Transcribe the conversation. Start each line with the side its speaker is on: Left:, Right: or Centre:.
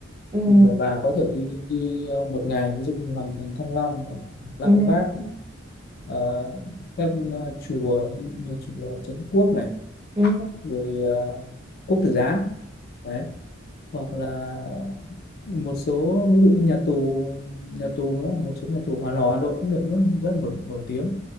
Right: ừ
Left: thì bà có thể đi đi ờ, một ngày ví dụ như Hoàng thành Thăng Long này, Lăng
Right: ừ
Left: Bác ờ, các ờ, chùa ví dụ như chùa Trấn Quốc này
Right: ừ
Left: rồi ờ, Quốc Tử Giám đấy hoặc là một số ví dụ như nhà tù nhà tù nữa một số nhà tù Hòa Lò Hà Nội cũng được rất rất nổi, nổi tiếng